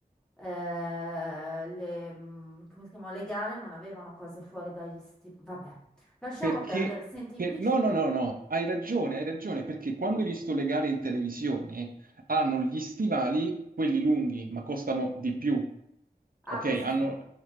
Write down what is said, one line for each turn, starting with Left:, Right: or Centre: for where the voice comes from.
Centre: eh, le, mm, come si chiamano, le gare non avevano cose fuori dagli stivali. Vabbè, lasciamo
Right: Perché,
Centre: perdere. Senti,
Right: per-
Centre: qui
Right: no,
Centre: ci perdiamo.
Right: no, no, no, hai ragione, hai ragione, perché quando hai visto le gare in televisione hanno gli stivali, quelli lunghi, ma costano di più.
Centre: Ah,
Right: Ok,
Centre: questi
Right: hanno...
Centre: sono...